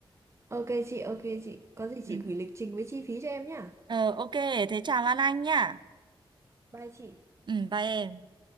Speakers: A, on the right (about 30°); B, on the right (about 55°).
A: ok chị ok chị có gì chị
B: Ừ.
A: gửi lịch trình với chi phí cho em nhá
B: ờ ok thế chào Lan Anh nhá
A: bye chị
B: ừ bye em